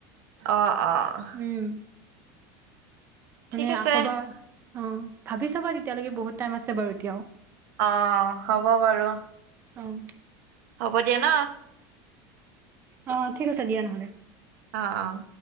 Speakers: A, on the right (about 80°); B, on the right (about 25°).
A: অ অ অ'
B: উম'
A: ঠিক
B: মানে
A: আছে
B: আকৌ এবাৰ অঁ ভাবি চাবা তেতিয়ালেকে বহুত- টাইম আছে বাৰু এতিয়াও।
A: অঁ হ'ব বাৰু।
B: অঁ'
A: হ'ব দিয়া ন।
B: অঁ ঠিক আছে দিয়া নহ'লে।
A: অঁ অঁ'